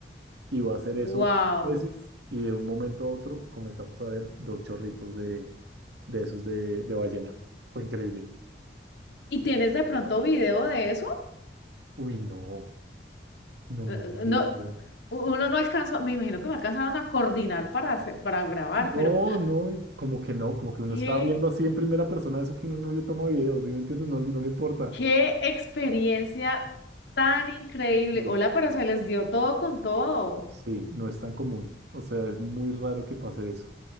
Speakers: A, on the right; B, on the left.
A: Y va a hacer eso
B: Wow.
A: veces y de un momento a otro comenzamos a ver dos chorritos de, de esos de, de ballena. Fue increíble.
B: ¿Y tienes de pronto video de eso?
A: Uy, no, no,
B: Eh,
A: no tengo
B: eh, No,
A: video.
B: u- uno no alcanzó, me imagino que no alcanzaron a coordinar para hacer- para grabar,
A: No,
B: pero
A: no, y como que no, como que uno
B: qué,
A: está viendo así en primera persona eso que uno no le toma videos, ¿sí me entiendes? No, le- no le importa.
B: qué experiencia tan increíble.
A: Sí,
B: Hola, pero se les dio todo con todo.
A: Sí, no es tan común. O sea, es muy raro que pase eso.